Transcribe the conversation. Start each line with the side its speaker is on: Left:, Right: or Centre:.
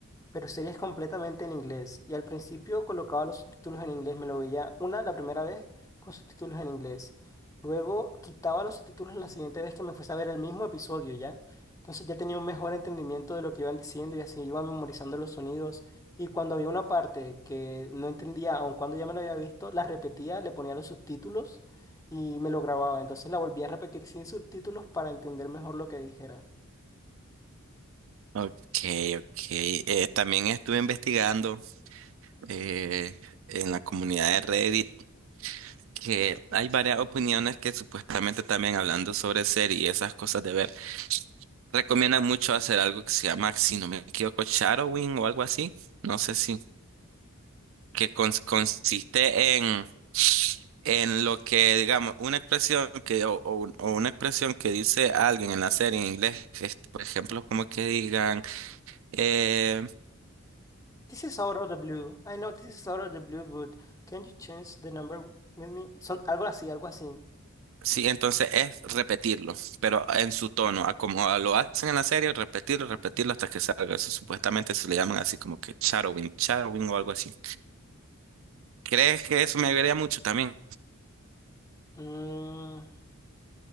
Left: pero series completamente en inglés. Y al principio colocaba los subtítulos en inglés, me lo veía una la primera vez con subtítulos en inglés. Luego quitaba los subtítulos la siguiente vez que me fuese a ver el mismo episodio ya. Entonces ya tenía un mejor entendimiento de lo que iban diciendo y así iba memorizando los sonidos. Y cuando había una parte que no entendía, aun cuando ya me la había visto, la repetía, le ponía los subtítulos y me lo grababa. Entonces la volvía a repetir sin subtítulos para entender mejor lo que dijera.
Right: Ok, ok. Eh, también estuve investigando eh, en la comunidad de Reddit. que hay varias opiniones que supuestamente también hablando sobre series y esas cosas de ver, recomiendan mucho hacer algo que se llama, si no me equivoco, shadowing o algo así, no sé si, que cons- consiste en, en lo que, digamos, una expresión que, o, o un- o una expresión que dice alguien en la serie en inglés, es, por ejemplo, como que digan, eh,
Left: This is out of the blue. I know this is out of the blue, but can you change the number with me? Son algo así, algo así.
Right: Sí, entonces es repetirlo, pero en su tono, a como lo hacen en la serie, repetirlo, repetirlo hasta que salga. Eso supuestamente se le llaman así como que shadowing, shadowing o algo así. ¿Crees que eso me ayudaría mucho también?
Left: Mm,